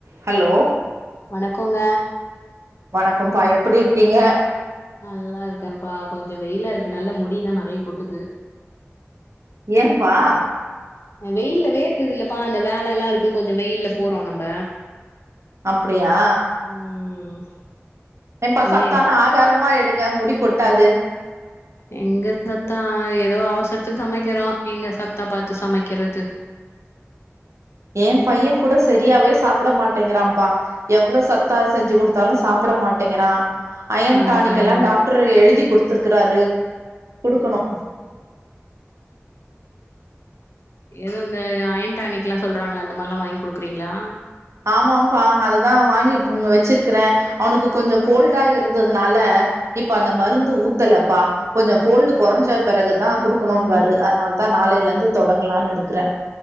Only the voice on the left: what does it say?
வணக்கொங்க
நல்லா இருக்கேன்ப்பா கொஞ்ச வெய்லா இருக்கனால முடிலா நெறய கொட்டுது
அ வெயில்ல வேற்குது இல்லப்பா அந்த வேல எல்லா இருக்கு கொஞ்ஜோ வெயில்ல போறோ நம்ப
ம்
அதா
எ
எங்க சத்தா ஏதோ அவசரத்துக்கு சமைக்கிறோ எங்க சத்தா பாத்து சமைக்கிறது
அட கடவுளே
எது இந்த அயன்டானிக்லா சொல்றாங்களா அந்த மாரிலா வாங்கி குடுக்றீங்ளா